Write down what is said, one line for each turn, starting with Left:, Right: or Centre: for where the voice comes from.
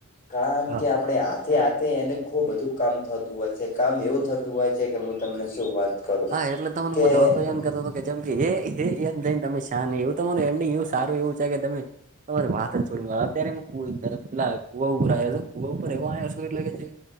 Left: કળા એમ
Right: હા
Left: કે આપણે આ થી આથી એને ખૂબ બધું કામ થતું હોય છે, કામ એવું થતું હોય છે, કે હું તમને શું વાત કરું,
Right: હા એટલે તમને
Left: કે
Right: હું ધવલભાઈ એમ
Left: હમ્મ
Right: કહેતો હતો કે જેમ કે એ એ એમ થઈને તમે શા નહી, એવું તમારું એન્ડિંગ એવું
Left: હા
Right: સારું એવું છે, કે તમે તમારે વાત જ છોડમુ આ, અત્યારે મુ કૂવ અ પેલા કુવા ઉપર આયો છું, કુવા ઉપર એવો આયો છું, એટલે કે જે